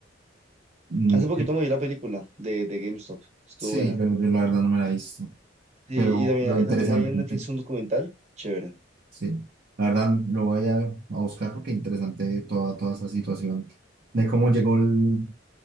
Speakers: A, on the right; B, on the right.
A: Mm,
B: Hace poquito me vi la película de, de GameStop, estuvo
A: Sí,
B: buena.
A: pero yo la verdad no me la he visto.
B: Sí,
A: Pero
B: y también,
A: lo
B: eh,
A: interesante,
B: también hay en
A: ent-
B: Netflix un documental, chévere.
A: sí. La verdad lo voy a, a buscar porque interesante toda, toda esa situación de cómo llegó el-